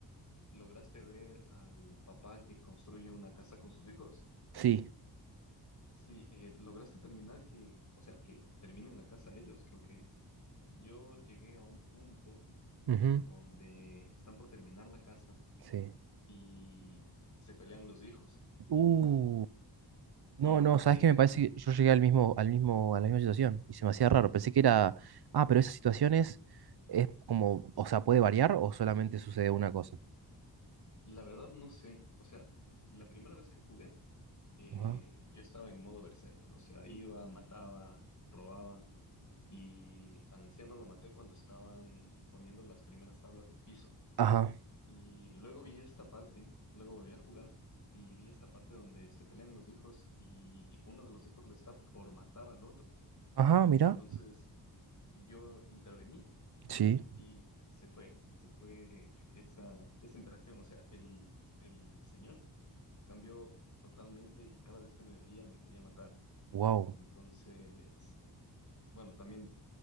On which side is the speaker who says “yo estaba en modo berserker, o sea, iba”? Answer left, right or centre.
Left